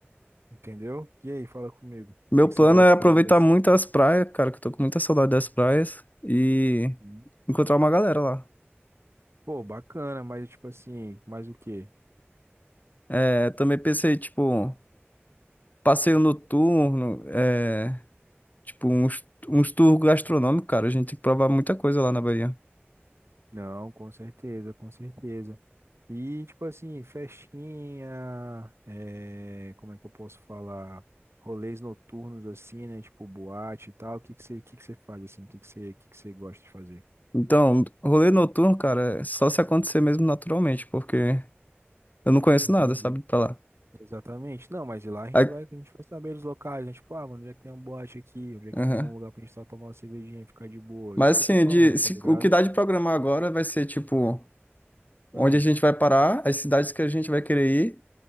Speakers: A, on the right; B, on the left.
A: Entendeu? E aí, fala comigo. O
B: Meu
A: que que
B: plano
A: você gosta
B: é
A: de fazer
B: aproveitar
A: assim?
B: muito as praias, cara, que eu tô com muita saudade das praias e
A: Uhum.
B: encontrar uma galera lá.
A: Pô, bacana, mas tipo assim, mais o quê?
B: É, também pensei, tipo, passeio noturno, é, tipo, uns, uns tours gastronômicos, cara. A gente tem que provar muita coisa lá na Bahia.
A: Não, com certeza, com certeza. E, tipo assim, festinha, é, como é que eu posso falar? Rolês noturnos, assim, né? Tipo, boate e tal. O que que você, o que que você faz, assim? O que que você, o que que você gosta de fazer?
B: Então, rolê noturno, cara, é só se acontecer mesmo naturalmente, porque eu não conheço
A: Entendi.
B: nada, sabe, pra lá.
A: Exatamente. Não, mas lá a gente
B: Aí-
A: vai, a gente vai saber os locais, né? Tipo, ah, mano, onde é que tem uma boate aqui? Onde é que
B: Aham.
A: tem um lugar pra gente só tomar uma cervejinha e ficar de boa?
B: Mas
A: Isso que
B: assim,
A: eu tô falando,
B: de, se-
A: tá ligado?
B: o que dá de programar agora vai ser, tipo. onde
A: Hum,
B: a gente vai parar, as cidades que a gente vai querer ir